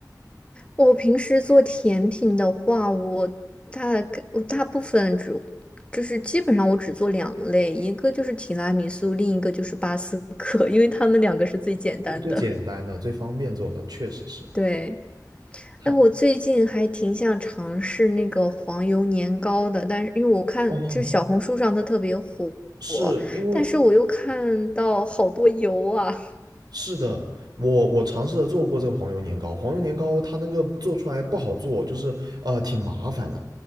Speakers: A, on the left; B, on the right.
A: 我平时做甜品的话，我大概我大部分只就是基本上我只做两类，一个就是提拉米苏，另一个就是巴斯克，因为他们两个是最简单的。
B: 最最简单的、最方便做的，确实是
A: 对，
B: 它。
A: 哎，我最近还挺想尝试那个黄油年糕的，但是因为我看就是小红书上它特别火，
B: 哦，是因为
A: 但是我又看到好多油啊，
B: 是的，我我尝试着做过这个黄油年糕，黄油年糕它那个做出来不好做，就是呃挺麻烦的。